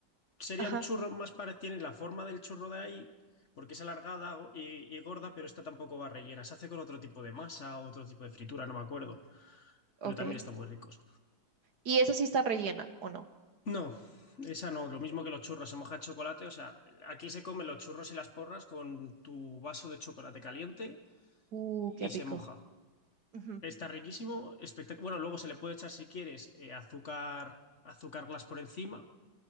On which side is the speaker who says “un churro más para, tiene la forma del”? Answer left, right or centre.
Left